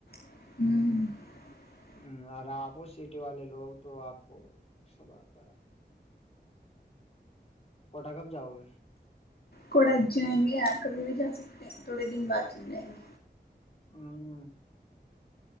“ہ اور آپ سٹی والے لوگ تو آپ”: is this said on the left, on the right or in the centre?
Left